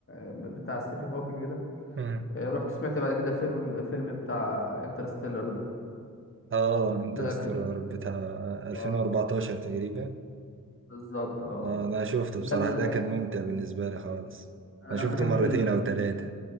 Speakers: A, on the left; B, on the right.
A: آه، بتاع ستيفن هوكينج ده
B: مم.
A: آه، رحت سمعت بعد كده فيلم فيلم بتاع انترستيلر ده
B: اه انترستيلر
A: ده كان
B: بتاع 2014
A: آه
B: تقريبا
A: بالظبط اه
B: آه أنا شفته
A: ده
B: بصراحة
A: اللي
B: ده كان ممتع بالنسبة لي خالص
A: انا
B: أنا شفته
A: ما بحبش
B: مرتين أو ثلاثة